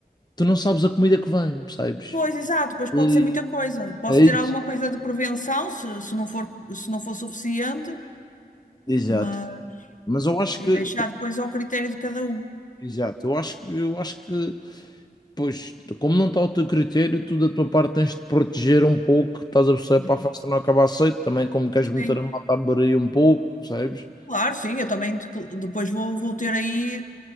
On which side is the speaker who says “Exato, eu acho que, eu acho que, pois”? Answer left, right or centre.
Left